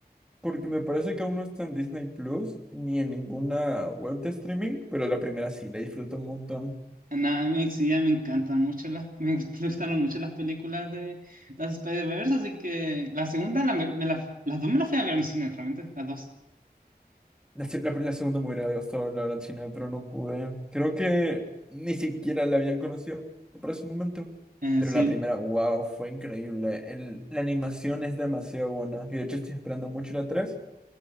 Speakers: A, in the centre; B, on the right (about 55°).
A: porque me parece que aún no está en Disney Plus ni en ninguna web de streaming, pero la primera sí, la disfruto un montón.
B: Ah, no, a mí sí, ya me encantan mucho las, <laughs> me gust- me gustaron mucho las películas de las Spider-Verse, así que la segunda, la, me, me la- las dos me las fui a ver en el cine, realmente, las dos.
A: La, se- la, la segunda me hubiera gustado la verdad, China, pero no pude. Creo que ni siquiera la había conocido para ese momento.
B: Eh,
A: Pero
B: sí,
A: la primera, wow, fue increíble. El- la animación es demasiado buena. Y de hecho estoy esperando mucho la 3